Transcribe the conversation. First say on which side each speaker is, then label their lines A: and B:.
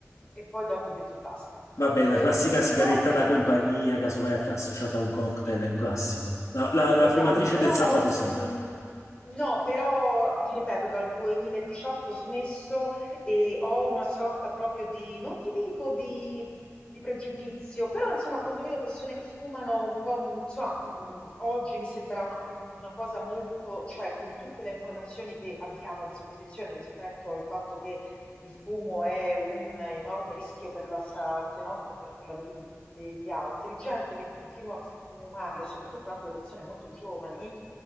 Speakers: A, on the left; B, on the left.
A: e poi dopo ho detto basta.
B: Vabbè,
A: E
B: la classica
A: però
B: sigaretta da compagnia, casomai aff- associata a un cocktail,
A: sì,
B: è un classico. La, la- la
A: esatto,
B: fumatrice
A: però
B: del sabato
A: mhmm,
B: sera.
A: no, però ti ripeto, dal 2018 ho smesso e ho una sorta proprio di, non ti dico di, di pregiudizio, però insomma quando vedo persone che fumano un po', mh, insomma, mh, oggi mi sembra una, una cosa molto, cioè con tutte le informazioni che abbiamo a disposizione rispetto al fatto che il fumo è un enorme rischio per la salute nostra e per quella del- degli altri. Gente che continua a fumare, soprattutto anche le persone molto giovani,